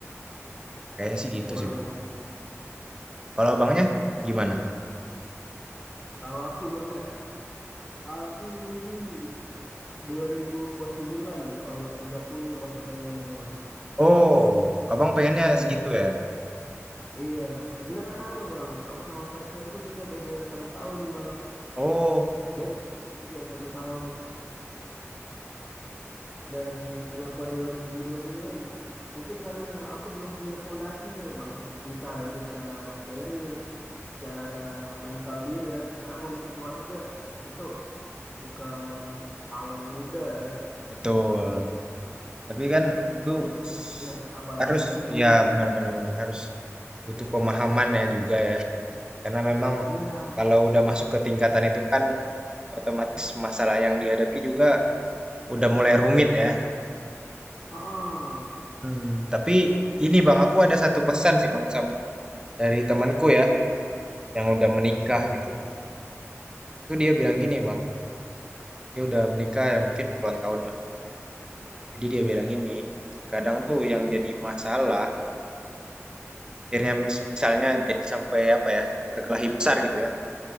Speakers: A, on the right; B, on the left.
A: Kayaknya sih gitu
B: Boleh,
A: sih.
B: boleh.
A: Kalau abangnya gimana?
B: Kalau aku bang Aku mungkin dua ribu dua ribu sembilan, kalau nggak 30 bang pengennya bang.
A: Oh, abang pengennya
B: Pengen
A: segitu
B: ya.
A: ya.
B: Iya, sebenarnya sama bang. Aku sama pacarku juga beda satu tahun bang.
A: Oh,
B: Beda juga satu tahun. Dan kenapa dua ribu dua ribu sembilan? Mungkin karena aku belum punya pondasinya bang. Entah itu secara material, secara mental diri ya. Karena membentuk keluarga itu bukan hal yang mudah ya.
A: betul. Tapi kan
B: Kita butuh
A: itu s-
B: ya kesabaran
A: harus
B: tingkat tinggi.
A: ya benar-benar benar benar, benar. harus butuh pemahaman ya juga ya. Karena memang
B: Iya,
A: kalau udah masuk ke tingkatan itu kan otomatis masalah yang dihadapi juga udah mulai rumit ya.
B: heeh.
A: Hmm, tapi ini Bang, aku ada satu pesan sih Bang sama dari temanku ya yang udah menikah gitu. Itu dia bilang gini Bang, dia udah menikah ya mungkin puluhan tahun lah. Jadi dia bilang gini, kadang tuh yang jadi masalah akhirnya mis- misalnya jadi sampai apa ya berkelahi besar gitu ya.